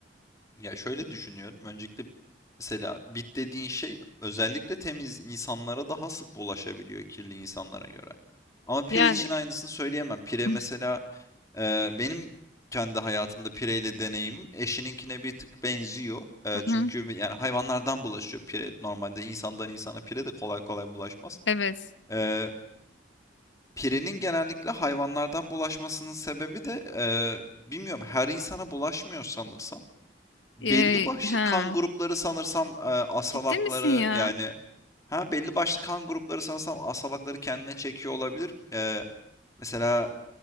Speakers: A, on the left; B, on the left.
A: Ya şöyle düşünüyorum. Öncelikle mesela bit dediğin şey özellikle temiz insanlara daha sık bulaşabiliyor kirli insanlara göre. Ama pire
B: Yani
A: için aynısını söyleyemem. Pire
B: <laughs>
A: mesela e, benim kendi hayatımda pireyle deneyimim eşininkine bir tık benziyor. E,
B: Hı
A: çünkü
B: hı.
A: bir- yani hayvanlardan bulaşıyor pire. Normalde insandan insana pire de kolay kolay bulaşmaz.
B: evet.
A: E, pirenin genellikle hayvanlardan bulaşmasının sebebi de e, bilmiyorum her insana bulaşmıyor sanırsam. Belli
B: Ee,
A: başlı
B: ha.
A: kan grupları sanırsam, eee, asalakları
B: Ciddi misin ya?
A: yani Ha, belli başlı kan grupları sanırsam asalakları kendine çekiyor olabilir. Eee, mesela